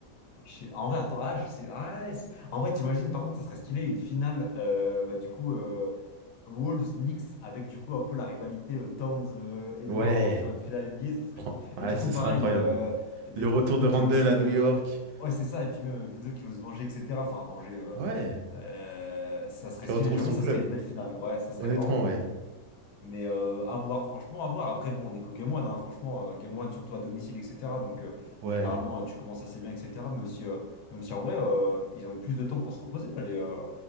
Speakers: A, on the left; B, on the right.
A: Je sais- En vrai, attends, ah, je sais. ah, ouais, c'est- en vrai, t'imagines, par contre, ça serait stylé une finale, euh, bah, du coup. euh, Wolves, Knicks, avec du coup un peu la rivalité Towns-Edwards
B: Ouais.
A: sur une finale NBA, ce serait
B: Pro-
A: trop.
B: Ouais,
A: Et du
B: ce
A: coup, pareil,
B: serait incroyable.
A: euh, David
B: Le retour
A: Vinzo
B: de
A: qui
B: Randle
A: veut se.
B: à New York.
A: Ouais, c'est ça, et puis même Vinzo qui veut se venger, etc. Enfin, venger, euh,
B: Ouais,
A: euh, ça serait
B: qui
A: stylé,
B: retrouve
A: j'avoue,
B: son
A: ça
B: club.
A: serait une belle finale. Ouais, ça serait
B: Honnêtement,
A: vraiment cool.
B: ouais.
A: Mais euh, à voir, franchement, à voir. Après, bon, on est qu'au Game One, hein, franchement, euh, Game One, surtout à domicile, etc. Donc, euh,
B: Ouais.
A: généralement, euh, tu commences assez bien, etc. Même si, euh, même si en vrai, euh, ils ont eu plus de temps pour se reposer, là, les, euh,